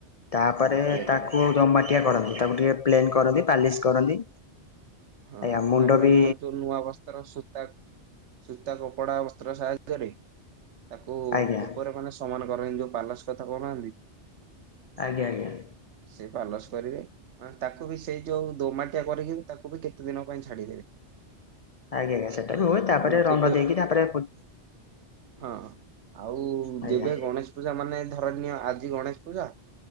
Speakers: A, on the left; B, on the right.
A: ତାପରେ ତାକୁ
B: କରିବେ
A: ଦୋମାଟିଆ କରନ୍ତି ତାକୁ ଟିକେ ପ୍ଲେନ୍ କରନ୍ତି
B: ହଁ
A: ପାଲିସ୍ କରନ୍ତି।
B: ହଁ
A: ଆଜ୍ଞା ମୁଣ୍ଡ
B: ତାପରେ
A: ବି
B: ନୂଆ ଯଉ ନୂଆ ବସ୍ତ୍ର ସୂତା ସୂତା କପଡା ବସ୍ତ୍ର ସାହାଯ୍ୟରେ ତାକୁ
A: ଆଜ୍ଞା
B: ଉପରେ ମାନେ ସମାନ କରନ୍ତି ଯଉ ପାଲସ୍ କଥା କହୁନାହାନ୍ତି
A: ଆଜ୍ଞା ଆଜ୍ଞା।
B: ସେ ପାଲସ୍ କରିବେ ମାନେ ତାକୁ ବି ସେଇ ଯଉ ଦୋମାଟିଆ କରିକି ତାକୁ ତାକୁ ବି କେତେ ଦିନ ପାଇଁ ଛାଡ଼ିଦେବେ।
A: ଆଜ୍ଞା ଆଜ୍ଞା ସେଟା ବି ହୁଏ ତାପରେ
B: ଆଉ ଯେବେ
A: ରଙ୍ଗ ଦେଇକି ତାପରେ ପୁ
B: ହଁ, ଆଉ
A: ଆଜ୍ଞା
B: ଯେବେ ଗଣେଶ୍ ପୂଜା ମାନେ ଧରନିୟ ଆଜି ଗଣେଶ ପୂଜା